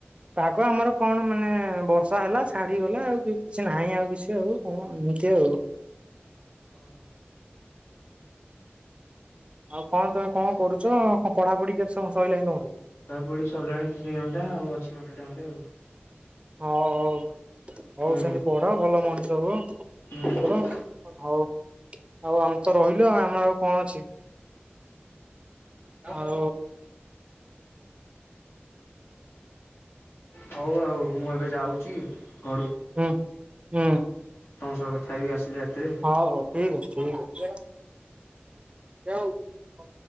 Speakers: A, on the right; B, on the left.
A: ପାଗ ଆମର କଣ ମାନେ ବର୍ଷା ହେଲା ଛାଡିଗଲା ଆଉ କିଛି ନାହିଁ ଆଉ କିଛି ଆଉ କଣ ଏମିତି ଆଉ
B: ଓ ହୋ।
A: ଆଉ କଣ ତମେ କଣ କରୁଛ କଣ ପଢ଼ା ପଢ଼ି କେତେ ସମୟ ସଇଲାଣି ତମଠଉ।
B: ପଢା ପଢି ସରିଲାଣି ଦି ଘଣ୍ଟା ଆଉ ଅଛି ଘଣ୍ଟା ଟେ ଖଣ୍ଡେ
A: ହଉ ହଉ ହଉ
B: ହୁଁ
A: ସେମିତି ପଢ ଭଲ ମଣିଷ ହୁଅ। ଇଏ
B: ହୁଁ
A: କର ହୋଉ ଆଉ ଆମେ ତ ରହିଲୁ ଆ ଆମର ଆଉ କଣ ଅଛି।
B: <unintelligible>
A: ଆଉ
B: ହଉ ଆଉ ମୁଁ ଏବେ ଯାଉଛି ତମ
A: ହୁଁ। ହୁଁ
B: ସ କଥାାଇ ହେବି ଆସିଲେ ରାତିରେ।
A: ହଉ ହଉ ଠିକ୍ ଅଛି ଠିକ୍ ଅଛି।